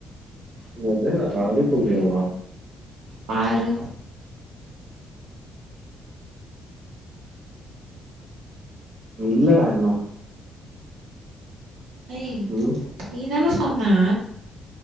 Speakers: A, on the right; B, on the right.
A: என்னது அடுக்கும் <unintelligible>
B: பாரு
A: இல்லடா இன்னு
B: ஏய்
A: ம்.
B: நீதான சொன்ன